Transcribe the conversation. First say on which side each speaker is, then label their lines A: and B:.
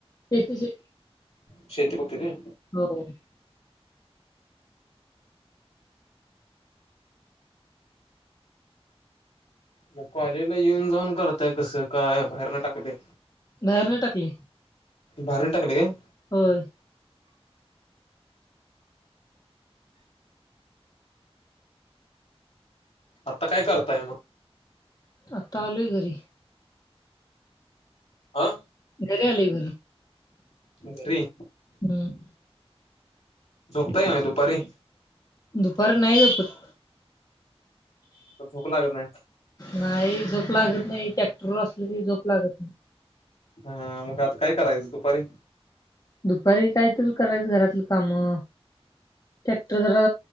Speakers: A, on the left; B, on the left.
A: शेतीशी
B: शेती बघत्यात व्हय?
A: होय.
B: म कॉलेज ला येऊन जाऊन करताय कसं काय? बाहेरन टाकलय?
A: बाहेरनं टाकलयं.
B: बाहेरनं टाकलय काय?
A: होय.
B: आत्ता काय करताय मग?
A: आत्ता आलोय घरी.
B: हा
A: घरी आलोय घरी.
B: घरी
A: हम्म
B: झोपताय का नायी दुपारी?
A: दुपार नायी झोपत.
B: का झोप लागत नाही?
A: नायी झोप लागत नायी ट्रॅक्टरवर असलो की झोप लागत नायी.
B: हां मग आता काय करायचं दुपारी?
A: दुपारी कायतर करायचं घरातली कामं. ट्रॅक्टर जरा